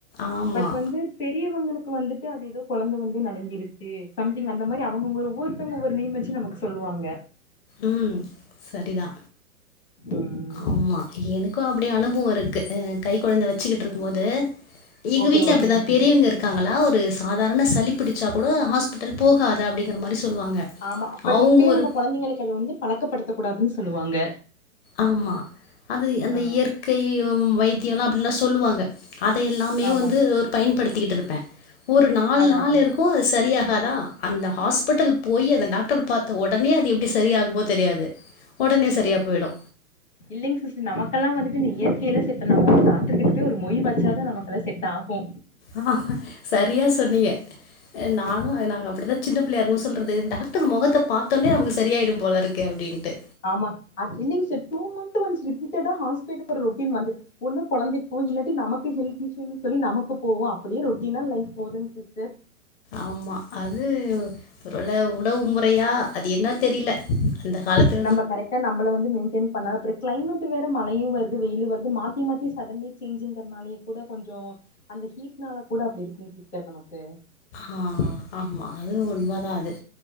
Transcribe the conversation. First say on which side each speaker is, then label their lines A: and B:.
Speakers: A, on the left; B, on the left.
A: ஆமா.
B: பட் வந்து பெரியவங்குளுக்கு வந்துட்டு அது ஏதோ குழந்த வந்து நலுங்கிருக்கு சம்திங் அந்த மாரி அவுங்க ஒவ்வொருத்தவுங்க ஒவ்வொரு நேம் வச்சு நமக்கு சொல்லுவாங்க
A: ம் சரிதா
B: ம்
A: ஆமா எனக் கு அப்டி அனுபவோ இருக்கு அ கை குழந்த வச்சுக்கிட்டு இருக்கும் போது எங்க
B: ஓகே
A: வீட்ல
B: ஓகேங்க
A: அப்படிதா
B: சிஸ்டர்
A: பெரியவுங்க இருக் இருக்காங்களா ஒரு சாதாரண சளி பிடிச்சா கூட ஹாஸ்பிட்டல் போகாத அப்புடிங்கிற மாரி சொல்லுவாங்க
B: ஆமா பட்
A: அவங்க
B: இப்பயே
A: ஒரு
B: நம்ப குழந்தைங்களுக்குை அது வந்து பழக்கப்படுத்த கூடாதுன்னு சொல்லுவாங்க
A: ஆமா அது அந்த
B: ஆ
A: இயற்கை ம் வைத்தியோலா அப்படின்லா சொல்லுவாங்க அத எல்லாமே
B: ஆமா
A: வந்து ஒரு பயன்படுத்திக்கிட்டு இருப்பேன் ஒரு நாலு
B: அதா
A: நாள்
B: அதா
A: இருக் கு சரியாகாதான் அந்த ஹாஸ்பிட்டல் போயி அந்த டாக்டர் பாத்த ஒடனே அது எப்டி சரியாகுமோ தெரியாது உடனே சரியா போயிடு
B: இல்லைங்க சிஸ்டர் நமக்கெல்லா வந்துட்டு இந்த இயற்கையிலா செட் நம்ம அந்த டாக்டர் கிட்ட போய் ஒரு மொய் வச்சாதா நமக்கெல்லா செட் ஆகு
A: ஆஹ் சரியா சொன்னீங்க அ நானு நாங்க அப்படிதா சின்ன பிள்ளயா இருக்கும் போது சொல்றது டாக்டர் முகத்த பாத்தோடனே நமக்கு சரிய ஆகிடும் போல இருக்கு கே அப்டின்ட்டு
B: ஆமா அ இல்லைங்க சர் டூ மந்த் ஒன்ஸ் ரிபிட்டடா ஹாஸ்பிட்டல் போற ரொட்டி வந்து ஒன்னு கொழந்தை போன் இல்லாட்டி நமக்கு ஹெல்த் இஸ்யூனு சொல்லி நமக்கு போவோ அப்படியே ரொட்டீனா லைஃப் போதுங் சிஸ்டர்
A: ஆமா அது ஒருவேல உணவு முறையா அது என்ன தெரில அந்த ஹாலத்
B: நம்ப கரக்டா நம்பள வந்து மெய்ன்டன் பண்ணா அப்றோ கிளைமேட் வேற மழையு வருது வெயிலு வருது மாத்தி மாத்தி சடன்லி சேஞ்சுங்கிறனாலயே கூட கொஞ்சோ அந்த ஹீட்னால கூட அப்டி இருக்குங் சிஸ்டர் நமக்கு
A: ஆ ஆமா அதுவு உண்மதா அது